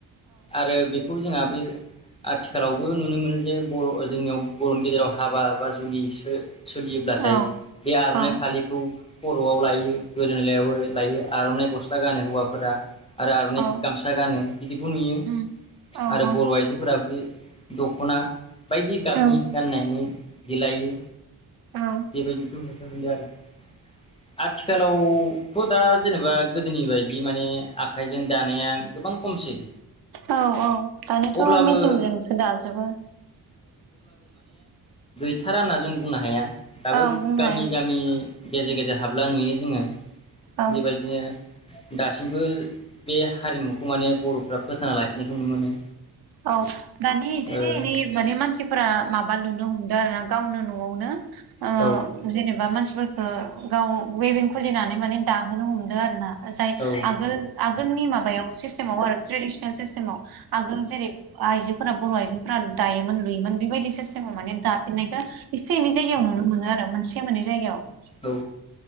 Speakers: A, on the left; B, on the right.
A: आरो बे खौ जोंहा बे आथिखालावबो नुनो मोनो जे बर' ओ जोंनियाव बर'नि गेजेराव हाबा बा जुलि सो सोलियोब्लाथाय
B: औ
A: बे आर'नाइ
B: औ
A: फालिखौ खर'आव लायो। गोदोलायावबो लायो आर'नाइ गस्ला गानो हौवा फोरा आरो आर'नाइ
B: औ
A: गामसा गानो बिदिखौ नुयो
B: उम औ
A: आरो
B: औ
A: बर' आइजोफोरा बे दख'ना बायदि गाबनि
B: औ
A: गाननायनि देलायो।
B: औ
A: बेबायदि <unintelligible> आथिखाल लावथ' दा जेनेबा गोदोनि बायदि माने आखाइजों दानाया गोबां खमसै।
B: औ औ दानिथ'
A: अब्लाबो
B: मेसिनजोंसो दाजोबो।
A: थारा होनना जों बुंनो हाया। दाबो
B: ओं बुंनो
A: गामि
B: हाया
A: गामि गेजेर गेजेर हाबला नुयो जोङो।
B: औ
A: बेबायदिनो दासिमबो बे हारिमुखौ माने बर'फ्रा फोथांना लाखिनायखौ नुनो मोनो।
B: औ दानि एसे
A: ओ
B: एनै माने मानसिफोरा माबा लुनो हमदों आरो ना। गावनो न'आवनो। ओ
A: औ
B: जेनेबा मानसिफोरखौ गाव वेबिं खुलिनानै माने दाहोनो हमदों आरो ना जाय
A: औ
B: आगोल आगोलनि माबायाव सिस्टेमाव आरो ट्रेडिसनेल सिस्टेमाव आगोल जेरै आइजोफोरा बर' आइजोफोरा दायोमोन लुयोमोन। बेबायदि सिस्टेमाव माने दफिननायखौ इसे एनै जायगायाव नुनो मोनो आरो। से मोननै जायगायाव।
A: औ।